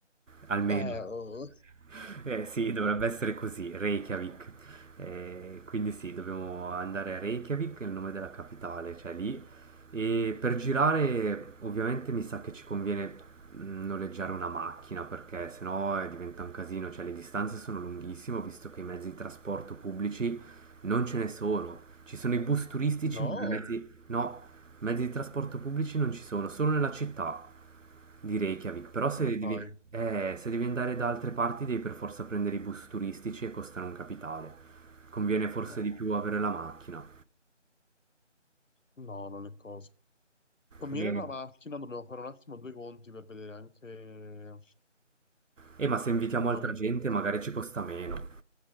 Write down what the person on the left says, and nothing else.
Eh, oh,
no,
come
fai?
No,
no, non è cosa. Conviene
la macchina, dobbiamo fare un attimo due conti per vedere anche
uno
che
prezzo
fa.